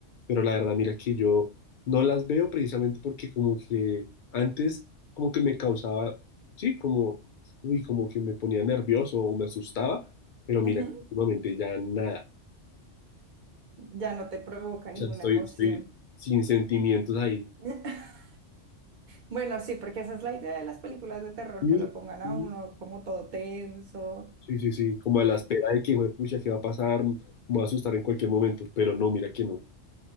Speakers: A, on the left; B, on the right.
A: pero la verdad, mira que yo no las veo precisamente porque como que antes como que me causaba, sí, como, uy, como que me ponía nervioso o me asustaba, pero mira,
B: ujú.
A: últimamente ya nada,
B: ya no te provoca ninguna
A: o sea, estoy,
B: emoción.
A: estoy sin sentimientos ahí.
B: <laughs> Bueno, sí, porque esa es la idea de las películas de terror,
A: Sí,
B: que lo pongan
A: sí,
B: a uno como todo tenso.
A: Sí, sí, sí, como a la espera de que, hijo de pucha, ¿qué va a pasar? Me voy a asustar en cualquier momento, pero no, mira que no.